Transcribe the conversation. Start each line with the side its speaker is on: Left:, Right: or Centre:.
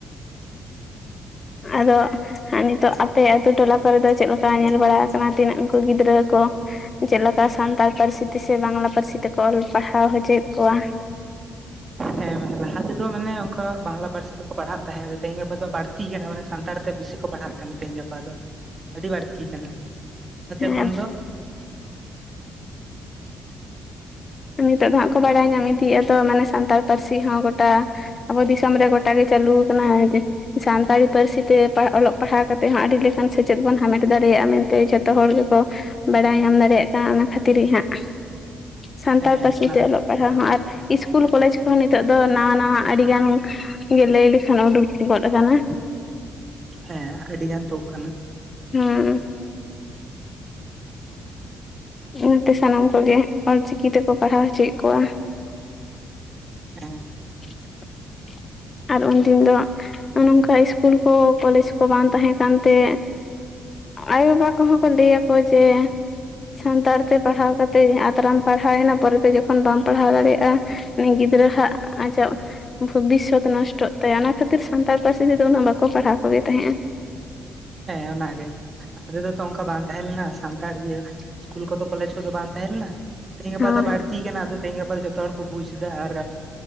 Left: ᱟᱫᱚᱼᱼ ᱱᱤᱛᱚᱜ ᱟᱯᱮ ᱟᱹᱛᱩ ᱴᱚᱞᱟ ᱠᱚᱨᱮ ᱫᱚ ᱪᱮᱫ ᱞᱮᱠᱟ ᱧᱮᱞ ᱵᱟᱲᱟ ᱠᱟᱱᱟ ᱛᱤᱱᱟᱹᱜ ᱩᱱᱠᱩ ᱜᱤᱫᱽᱨᱟᱹ ᱠᱚᱼᱼ ᱪᱮᱫᱮᱠᱟ ᱥᱟᱱᱛᱟᱲ ᱯᱟᱹᱨᱥᱤ ᱛᱮᱥᱮ ᱵᱟᱝᱞᱟ ᱯᱟᱹᱨᱥᱤ ᱛᱮᱠᱚ ᱚᱞ ᱯᱟᱲᱦᱟᱣ ᱦᱚᱪᱚᱭᱮᱫ ᱠᱚᱣᱟ
Right: ᱦᱮᱸ ᱢᱟᱱᱮ ᱞᱟᱦᱟ ᱛᱮᱫᱚ ᱢᱟᱱᱮ ᱚᱱᱠᱟ ᱵᱟᱝᱞᱟ ᱯᱟᱹᱨᱥᱤ ᱛᱮᱠᱚ ᱯᱟᱲᱦᱟᱜ ᱛᱟᱦᱮᱸᱜᱼᱟ ᱼᱼ ᱛᱮᱦᱮᱧ ᱜᱟᱯᱟ ᱫᱚ ᱵᱟᱹᱲᱛᱤ ᱠᱟᱱᱟ ᱢᱟᱱᱮ ᱥᱟᱱᱛᱟᱲ ᱛᱮ ᱵᱤᱥᱤ ᱠᱚ ᱯᱟᱲᱦᱟᱜ ᱠᱟᱱᱟ ᱛᱮᱦᱮᱧ ᱜᱟᱯᱟ ᱫᱚ ᱟᱹᱰᱤ ᱵᱟᱹᱲᱛᱤ ᱠᱟᱱᱟ ᱾ <unintelligible> ᱠᱷᱚᱱ
Left: ᱦᱮᱸ
Right: ᱫᱚᱼᱼ
Left: ᱱᱤᱛᱚᱜ ᱫᱚ ᱦᱟᱸᱜ ᱠᱚ ᱵᱟᱲᱟᱭ ᱧᱟᱢ ᱤᱫᱤᱭᱮᱫᱟ ᱛᱚ ᱢᱟᱱᱮ ᱥᱟᱱᱛᱟᱲ ᱯᱟᱹᱨᱥᱤ ᱦᱚᱸ ᱜᱚᱴᱟᱼᱼ ᱟᱵᱚ ᱫᱤᱥᱚᱢ ᱨᱮ ᱜᱚᱴᱟ ᱜᱮ ᱪᱟᱹᱞᱩ ᱟᱠᱟᱱᱟ ᱦᱮᱸ ᱡᱮ ᱾ ᱥᱟᱱᱛᱟᱲᱤ ᱯᱟᱹᱨᱥᱤ ᱛᱮ ᱚᱞᱚᱜ ᱯᱟᱲᱦᱟᱣ ᱠᱟᱛᱮᱫ ᱦᱚᱸ ᱟᱹᱰᱤ ᱞᱮᱠᱟᱱ ᱥᱮᱪᱮᱫ ᱵᱚᱱ ᱦᱟᱢᱮᱴ ᱫᱟᱲᱮᱭᱟᱜᱼᱟ ᱢᱮᱱᱛᱮ ᱡᱚᱛᱚ ᱦᱚᱲ ᱜᱮᱠᱚ ᱼᱼ ᱵᱟᱲᱟᱭ ᱧᱟᱢ ᱫᱟᱲᱮᱭᱟᱜ ᱠᱟᱱ ᱚᱱᱟ ᱠᱷᱟᱹᱛᱤᱨ ᱜᱮ ᱦᱟᱸᱜᱼᱼ ᱥᱟᱱᱛᱟᱲ
Right: ᱦᱮᱸ
Left: ᱯᱟᱹᱨᱥᱤ
Right: ᱚᱱᱟ
Left: ᱛᱮ
Right: ᱠᱷᱟᱹᱛᱤᱨ
Left: ᱚᱞᱚᱜ ᱯᱟᱲᱦᱟᱜ ᱦᱚᱸ ᱟᱨ ᱤᱥᱠᱩᱞ ᱠᱚᱞᱮᱡᱽ ᱠᱚᱦᱚᱸ ᱱᱤᱛᱚᱜ ᱫᱚ ᱱᱟᱣᱟ ᱱᱟᱣᱟ ᱟᱹᱰᱤᱜᱟᱱᱼᱼ ᱜᱮ ᱞᱟᱹᱭ ᱞᱮᱠᱷᱟᱱ ᱩᱰᱩᱠ ᱜᱚᱫ ᱟᱠᱟᱱᱟ ᱾
Right: ᱦᱮᱸ ᱟᱹᱰᱤ ᱜᱟᱱ ᱛᱳᱫ ᱠᱟᱱᱟ ᱾
Left: ᱦᱮᱸ ᱾ ᱚᱱᱟᱛᱮ ᱥᱟᱱᱟᱢ ᱠᱚᱜᱮ ᱚᱞᱪᱤᱠᱤ ᱛᱮᱠᱚ ᱯᱟᱲᱦᱟᱣ ᱦᱚᱪᱚᱭᱮᱫ ᱠᱚᱣᱟ ᱾
Right: ᱦᱮᱸ ᱾
Left: <unintelligible> ᱟᱨ ᱩᱱᱫᱤᱱ ᱫᱚ ᱱᱚᱝᱠᱟ ᱤᱥᱠᱩᱞ ᱠᱚ ᱠᱚᱞᱮᱡᱽ ᱠᱚ ᱵᱟᱝ ᱛᱟᱦᱮᱸ ᱠᱟᱱ ᱛᱮᱼᱼ ᱟᱭᱳ ᱵᱟᱵᱟ ᱠᱚᱦᱚᱸ ᱠᱚ ᱞᱟᱹᱭ ᱟᱠᱚ ᱡᱮᱼᱼ ᱥᱟᱱᱛᱟᱲ ᱛᱮ ᱯᱟᱲᱦᱟᱣ ᱠᱟᱛᱮᱫ ᱟᱛᱨᱟᱢ ᱯᱟᱲᱦᱟᱣᱮᱱᱟ ᱯᱚᱨᱮᱛᱮ ᱡᱚᱠᱷᱚᱱ ᱵᱟᱢ ᱯᱟᱲᱦᱟᱣ ᱫᱟᱲᱮᱭᱟᱜᱼᱟᱼᱼ ᱩᱱᱤ ᱜᱤᱫᱽᱨᱟᱹ ᱦᱣᱟᱜ ᱟᱡᱟᱜ ᱵᱷᱚᱵᱤᱥᱥᱚᱛᱼᱼ ᱱᱚᱥᱴᱚᱜ ᱛᱟᱭᱟ ᱚᱱᱟ ᱠᱷᱟᱹᱛᱤᱨ ᱥᱟᱱᱛᱟᱲ ᱯᱟᱹᱨᱥᱤ ᱛᱮᱫᱚ ᱩᱱᱟᱹᱜ ᱵᱟᱠᱚ ᱯᱟᱲᱦᱟᱣ ᱠᱚᱜᱮ ᱛᱟᱦᱮᱸᱫᱼᱟ ᱾
Right: ᱦᱮᱸ ᱚᱱᱟᱜᱮ ᱾ <unintelligible> ᱚᱱᱠᱟ ᱵᱟᱝ ᱛᱟᱦᱮᱸ ᱞᱮᱱᱟ ᱥᱟᱱᱛᱟᱲ ᱤᱭᱟᱹ ᱤᱥᱠᱩᱞ ᱠᱚᱫᱚ ᱠᱚᱞᱮᱡᱽ ᱠᱚᱫᱚ ᱵᱟᱝ ᱛᱟᱦᱮᱸ ᱞᱮᱱᱟ ᱾ ᱛᱮᱦᱮᱧ ᱜᱟᱯᱟ
Left: ᱦᱮᱸ
Right: ᱫᱚ ᱵᱟᱹᱲᱛᱤ
Left: ᱦᱮᱸ
Right: ᱠᱟᱱᱟ ᱟᱫᱚ ᱛᱮᱦᱮᱧ ᱜᱟᱯᱟ ᱫᱚ ᱡᱚᱛ ᱼᱼ ᱡᱚᱛᱚ ᱦᱚᱲ ᱠᱚ ᱵᱩᱡᱽ ᱫᱟ ᱟᱨ